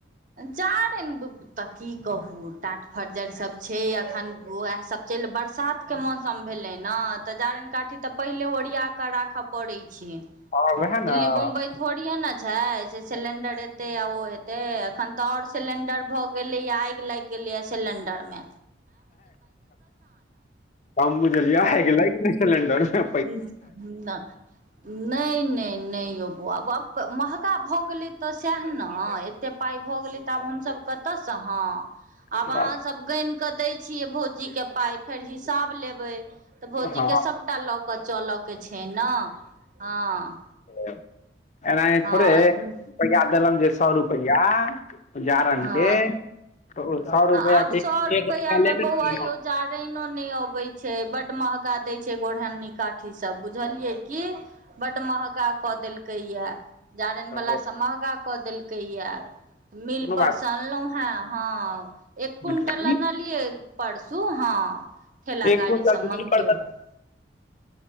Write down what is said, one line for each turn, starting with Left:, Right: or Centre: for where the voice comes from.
Right: जारैन तऽ की कहू टाट फरजर सभ छै अखन उएह सब चलि बरसात के मौसम भेलै ने तऽ जारनि काठी तऽ पहिले ओरिया कऽ राखय पड़ैत छै।
Left: हँ वएह ने
Right: दिल्ली बम्बई थोड़िए ने छै सेे सिलेंडर एतै आ ओ हेतै। एखन तऽ आओर सिलेंडर भऽ गेलैए आगि लागि गेलैए सिलेंडर मे,
Left: हम बुझलियै ह आगि लागि गेलै सिलेडरमे।
Right: नह नहि नहि नहि यौ बौआ बाप महगा भऽ गेलै तऽ सएह ने एतेक पाइ भऽ गेलै तऽ आब हमसभ <unintelligible> आब
Left: बात
Right: अहां सब क दय छियै भौजी के पाय फेर हिसाब लेबै तऽ भौजी
Left: हँ
Right: के सबटा ल चलऽ के छै ने हँ।
Left: ह एनाहि
Right: हँ
Left: थोड़े अइ रुपैआ देलनि जे सए रुपैआ जारन
Right: हँ
Left: के, त ओ सए रुपआ
Right: आब सौ
Left: के
Right: रुपैया
Left: एक रुपआ
Right: मे
Left: लेबै
Right: बौआ
Left: ने हम।
Right: यौ जारैनो नहि अबै छै बड महगा दै छै गोरहन्नी काठी सब बुझलियै। की बड्ड महगा कऽ देलकै ये जारनि
Left: कोनो
Right: बला सब महगा कऽ देलकै यए मील
Left: बात
Right: परसँ अनलहुं हे। हँ, एक क्विंटल
Left: नहि
Right: अनलियै परसू हँ ठेला
Left: एक
Right: गाड़ी
Left: क्विंटल
Right: से मंगबेलियै।
Left: मिल पर